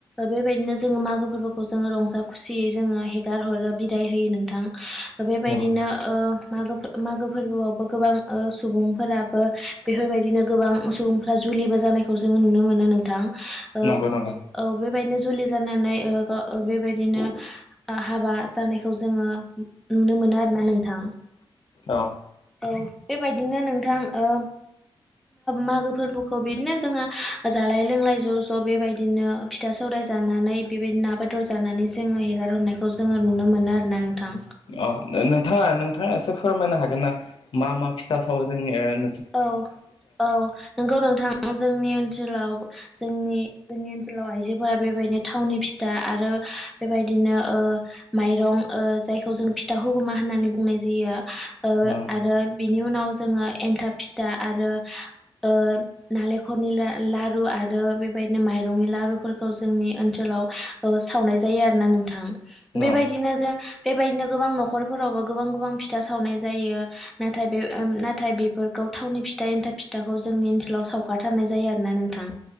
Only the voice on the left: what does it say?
औ
नंगौ नंगौ
औ
अ नोंथाङा नोंथाङा एसे फोरमायनो हागोन ना मा मा फिथा सावो जोंनि ओ
औ
औ